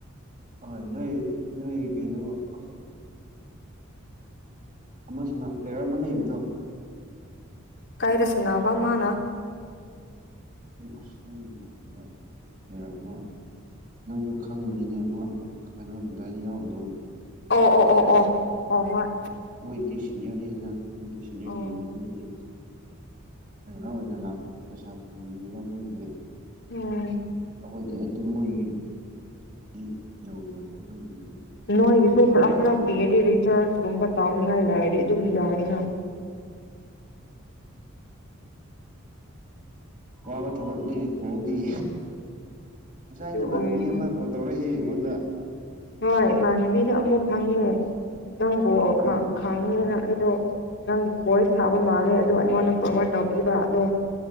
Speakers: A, on the right; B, on the left.
A: ꯍꯣꯏ ꯅꯣꯏ ꯅꯣꯏ ꯀꯩꯅꯣ ꯑꯁ ꯑꯃ ꯁꯅ ꯄ꯭ꯂꯦꯌꯔ ꯑꯃ ꯂꯩꯕꯗꯣ
B: ꯀꯥꯏꯔꯁꯅꯥꯕ ꯃꯥꯅꯥ
A: ꯑꯁ ꯅꯪꯒꯤ ꯈꯨꯟꯗ ꯄ꯭ꯂꯦꯌꯥꯔ ꯑꯃ ꯅꯪꯁꯨ ꯈꯪꯕꯅꯤꯅꯦ ꯑꯃ ꯀꯩꯅꯣꯔꯔꯤꯗꯥꯏꯗ ꯌꯥꯎꯕꯗꯣ
B: ꯑꯣ ꯑꯣ ꯑꯣ ꯑꯣ ꯑꯣ ꯍꯣꯏ
A: ꯃꯣꯏꯗꯤ ꯁꯤꯅꯤꯌꯔꯅꯤꯅꯤꯅ ꯃꯣꯏꯗꯤ ꯁꯤꯅꯤꯌꯔ
B: ꯑꯣ
A: ꯆꯤꯡꯕꯁ ꯃꯣꯏꯗꯤ ꯔꯤꯒꯨꯂꯔ ꯑꯣꯏꯅ ꯂ ꯄꯩꯁꯥ ꯐꯪꯉꯝꯃꯤꯕ ꯃꯣꯏꯗꯤꯣꯏ
B: ꯎꯝ
A: ꯗꯤ ꯑꯗꯨ ꯃꯣꯏꯒꯤꯗꯤ ꯌꯧꯔꯦꯕ ꯃꯣꯏꯒꯤꯗꯤ
B: ꯅꯣꯏꯒꯤꯁꯨ ꯈꯔ
A: ꯂꯦꯚꯦꯜꯗꯤ
B: ꯈꯔ ꯄꯤꯔꯗꯤ
A: ꯌꯧꯗꯦ
B: ꯔꯤꯆꯥꯔꯖ ꯀꯨꯝꯕ ꯇꯥꯎꯅꯤꯡꯉꯥꯏ ꯂꯥꯛꯑꯗꯤ ꯑꯗꯨꯝ ꯌꯥꯏꯅ
A: ꯋꯥꯕ ꯊꯕꯛꯅꯦ ꯄꯣꯗꯤ ꯉꯁꯥꯏ
B: ꯑꯗꯨ
A: ꯅꯃꯥꯟꯅꯕꯤ
B: ꯑꯣꯏꯔꯁꯨ
A: ꯑꯃ ꯀꯣꯜ ꯇꯧꯔꯛꯏꯁ ꯑꯩꯉꯣꯟꯗ
B: ꯍꯣꯏ ꯏꯃꯥꯟꯅꯕꯤꯗ ꯑꯃꯨꯛ ꯈꯪꯉꯦ ꯅꯪꯕꯨ
A: ꯎꯝ
B: ꯈꯪꯉꯦꯅ ꯑꯩꯗꯣ ꯅꯪ ꯕꯣꯏꯁ ꯁꯥꯕ ꯃꯥꯜꯂꯦ ꯑꯗꯣ ꯑꯩꯉꯣꯟꯗ ꯐꯣꯔꯋꯥꯔꯗ ꯇꯧꯕꯤꯕ ꯑꯗꯣ